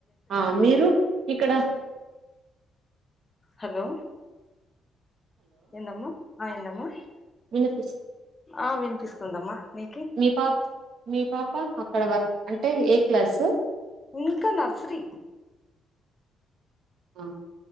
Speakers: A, on the right; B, on the left.
A: ఆ మీరు ఇక్కడ
B: హలో ఎందమ్మా ఆ ఎందమ్మా
A: వినిపిస్త
B: ఆ వినిపిస్తుందమ్మా నీకి
A: మీ పాప మీ పాప అక్కడ వర్క్ అంటే ఏ క్లాసు
B: ఇంకా నర్సీ
A: ఆ